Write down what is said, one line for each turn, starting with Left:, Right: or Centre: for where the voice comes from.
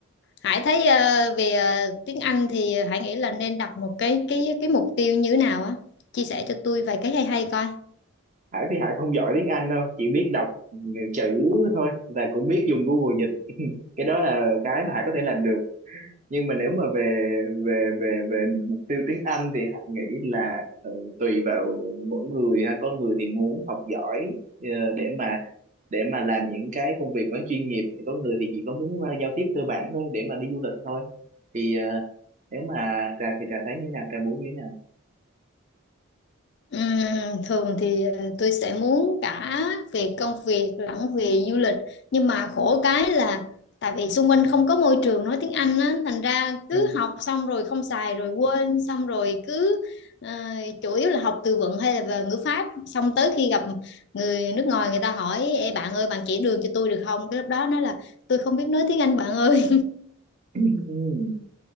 Left: Hải thấy à, về à, tiếng Anh thì Hải nghĩ là nên đặt một cái cái cái mục tiêu như thế nào á. Chia sẻ cho tôi vài cái hay hay coi.
Right: Hải thì Hải không giỏi tiếng Anh đâu, chỉ biết đọc chữ thôi và cũng biết dùng Google dịch. <laughs> Cái đó là cái mà Hải có thể làm được. Nhưng mà nếu mà về về về về mục tiêu tiếng Anh thì Hải nghĩ là ờ, tùy vào mỗi người ha. Có người thì muốn học giỏi ờ, để mà để mà làm những cái công việc nó chuyên nghiệp thì có người thì chỉ có muốn ờ, giao tiếp cơ bản thôi để mà đi du lịch thôi thì ờ, nếu mà trà thì trà thấy như thế nào trà muốn như thế nào
Left: Ừm, thường thì ờ, tôi sẽ muốn cả về công việc lẫn về du lịch nhưng mà khổ cái là tại vì xung quanh không có môi trường nói tiếng Anh á thành ra
Right: ừ.
Left: cứ học xong rồi không xài rồi quên xong rồi cứ ờ, chủ yếu là học từ vựng hay là về ngữ pháp xong tới khi gặp người nước ngoài người ta hỏi Ê, bạn ơi bạn chỉ đường cho tôi được không cái lúc đó nói là tôi không biết nói tiếng Anh bạn ơi
Right: <clears throat> Ừ.